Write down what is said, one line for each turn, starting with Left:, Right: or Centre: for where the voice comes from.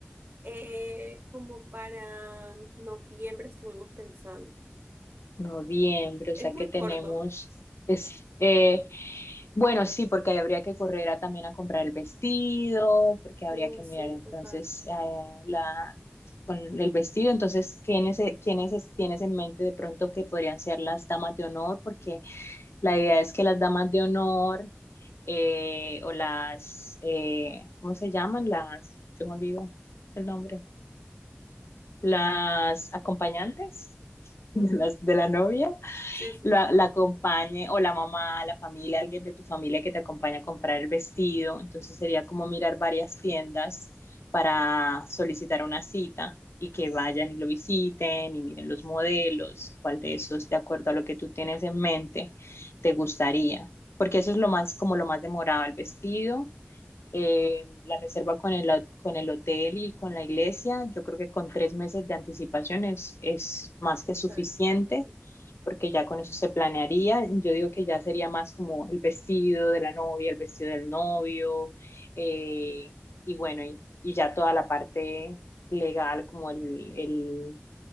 Right: Eh, como para noviembre estuvimos pensando.
Left: Noviembre, o
Right: Es
Left: sea
Right: muy
Left: que tenemos,
Right: corto
Left: es, eh, Bueno, sí, porque ahí habría que correr a- también a comprar el vestido, porque habría
Right: Mm,
Left: que
Right: sí,
Left: mirar entonces
Right: total.
Left: eh, la, con el vestido. Entonces, ¿quiénes, eh, quiénes es- tienes en mente de pronto que podrían ser las damas de honor? Porque la idea es que las damas de honor eh, o las, eh, ¿cómo se llaman? Las, se me olvidó el nombre, las acompañantes
Right: Ujú.
Left: de, las, de la novia
Right: Sí, sí.
Left: la, la acompañe o la mamá, la familia, alguien de tu familia que te acompañe a comprar el vestido. Entonces sería como mirar varias tiendas para solicitar una cita y que vayan y lo visiten y miren los modelos, cuál de esos, de acuerdo a lo que tú tienes en mente, te gustaría. Porque eso es lo más, como lo más demorado, el vestido eh, la reserva con el, ho- con el hotel y con la iglesia, yo creo que con tres meses de anticipación es, es más
Right: total
Left: que suficiente,
Right: bien. Ok.
Left: porque ya con eso se planearía. Yo digo que ya sería más como el vestido de la novia, el vestido del novio, eh, y bueno, y, y ya toda la parte legal, como el, el,